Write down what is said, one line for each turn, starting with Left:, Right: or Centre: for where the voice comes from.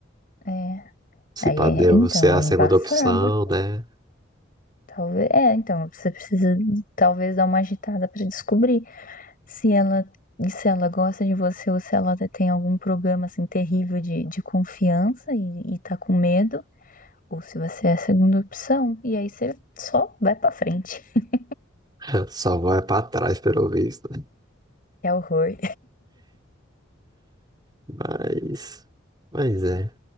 Left: É.
Right: Se
Left: Aí,
Right: pá,
Left: é-
Right: deu
Left: então,
Right: você é
Left: é
Right: a
Left: embaçado.
Right: segunda opção, né?
Left: Talvez, é, então, você precisa talvez dar uma agitada pra descobrir se ela se ela gosta de você ou se ela tem algum problema assim terrível de, de confiança e, e tá com medo, ou se você é a segunda opção. E aí você só vai pra frente. <laughs>
Right: <laughs> Só vai pra trás, pelo visto, né?
Left: É horror.
Right: Mas, mas é.